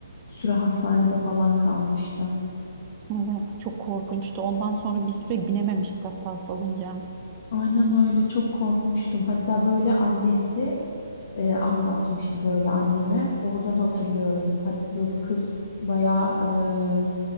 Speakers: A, on the left (about 45°); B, on the right (about 25°).
A: süre hastanede falan kalmıştı.
B: Evet, çok korkunçtu. Ondan sonra bir süre binememiştik hatta salıncağa.
A: Aynen öyle çok korkmuştum. Hatta böyle annesi e, anlatmıştı böyle anneme. Oradan hatırlıyorum. Hatta böyle kız bayağı e,